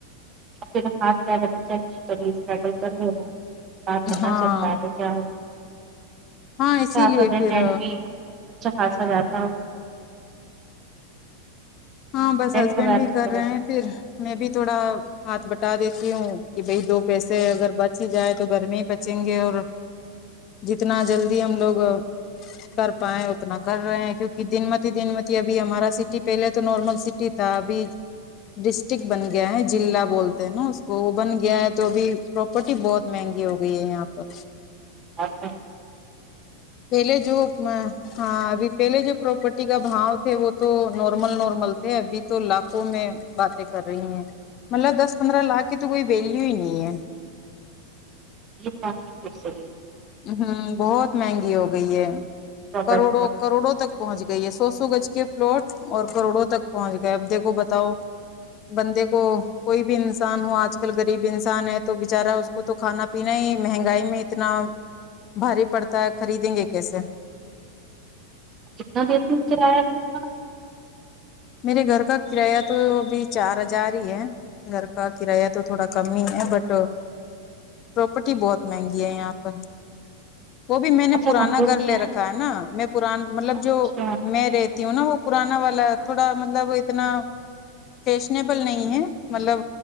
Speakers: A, on the right (about 25°); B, on the left (about 35°).
A: <unintelligible>
B: ہاں
A: <unintelligible>
B: ہاں اسی
A: اچھا
B: لیے پھر
A: خاصا جاتا ہو
B: ہاں بس
A: رینٹ
B: ہسبینڈ
A: وغیرہ
B: بھی کر رہے ہیں پھر میں بھی تھوڑا ہاتھ بٹا دیتی ہوں کہ بھائی دو پیسے اگر بچ ہی جائے تو گھر میں ہی بچیں گے اور جتنا جلدی ہم لوگ کر پائے اتنا کر رہے ہیں کیونکہ دن متی ہی دن متی ابھی ہمارا سٹی پہلس تو نارمل سٹی تھا ابھی ڈسٹرکٹ بن گیا ہے جلع بولتے ہیں نا اس کو وہ بن گیا ہے تو ابھی پراپرٹی بہت مہنگی ہو گئی ہے یہاں پر
A: اچھا
B: پہلے جو میں ہاں ابھی پہلے جو پراپرٹی کا بھاؤ تھے وہ تو نارمل نارمل تھے ابھی تو لاکھوں میں باتیں کر رہی ہیں مطلب دس پندرہ لاکھ کی تو کوئی ویلو ہی نہیں ہے
A: پھر لاکے پھر سے لی
B: ہوں بہت مہنگی ہو گئی ہے
A: پراپرٹی
B: کروڑوں
A: بہت
B: کروڑوں تک پہنچ گئی ہے سو سو گز کے پلاٹ اور کروڑوں تک پہنچ گئے اب دیکھو بتاؤ بندے کو کوئی بھی انسان ہو آج کل غریب انسان ہے تو بچارا کو تو کھانا پینا ہی مہنگائی میں اتنا بھاری پڑتا ہے خریدیں گے کیسے
A: کتنا دیتی ہے کرایا اتنا
B: میرے گھر کا کرایہ تو ابھی چار ہزار ہی ہے گھر کا کرایہ تو تھوڑا کم ہی ہے بٹ پراپرٹی بہت مہنگی ہے یہاں پر وہ بھی میں نے
A: اچھا
B: پرانا
A: ہم لوگ
B: گھر
A: کیا
B: لے رکھا ہے نا میں پرانا مطلب
A: اچھا
B: جو میں رہتی ہوں نا وہ پرانا والا تھوڑا مطلب اتنا فیشنیبل نہیں ہے مطلب